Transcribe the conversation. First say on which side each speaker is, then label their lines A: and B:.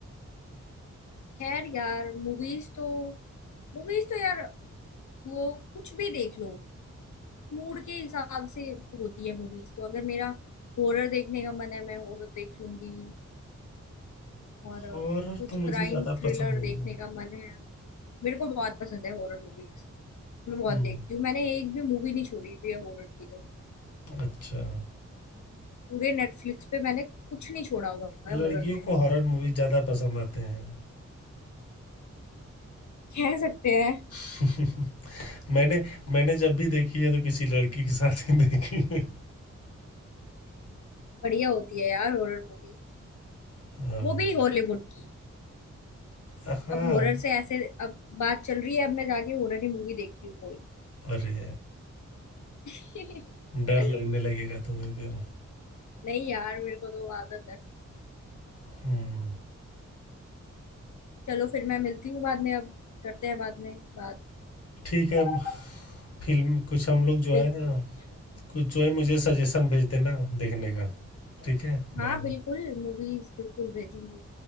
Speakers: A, on the left; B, on the left.
A: खैर यार मूवीज तो मूवीज तो यार वो कुछ भी देख लो मूड के हिसाब से होती है मूवीज तो अगर मेरा हॉरर देखने का मन है मैं हॉरर देख लूंगी और अ,
B: हॉरर
A: कुछ
B: तो मुझे
A: क्राइम
B: ज़्यादा
A: थ्रिलर
B: पसंद नहीं
A: देखने
B: है
A: का मन है मेरे को बहुत पसंद है हॉरर मूवीज मैं बहुत
B: हम्म
A: देखती हूँ मैंने एक भी मूवी नहीं छोड़ी हुई है हॉरर की तो
B: अच्छा
A: पूरे नेटफ्लिक्स पे मैंने कुछ नहीं छोड़ा हुआ है
B: लड़कियों
A: हॉरर में
B: को हॉरर मूवी ज़्यादा पसंद आते हैं
A: कह सकते हैं
B: <laughs> मैंने मैंने जब भी देखी है तो किसी लड़की के साथ ही देखी है
A: बढ़िया होती है यार हॉरर मूवी
B: हाँ
A: वो भी हॉलीवुड की
B: हाँ
A: अब हॉरर से ऐसे अब बात चल रही है अब मैं जाके हॉरर ही मूवी देखती हूँ कोई
B: अरे
A: <laughs>
B: डर लगने लगेगा तुम्हें फिर
A: नहीं यार मेरे को तो आदत है
B: हम्म
A: चलो फिर मैं मिलती हूँ बाद में अब करते हैं बाद में बात
B: ठीक है फिल्म कुछ हम लोग जो
A: बिल्कुल
B: है कुछ जो है मुझे सजेशन भेज देना देखने का ठीक है
A: हाँ
B: बाय
A: बिल्कुल मूवीज बिल्कुल भेजूंगी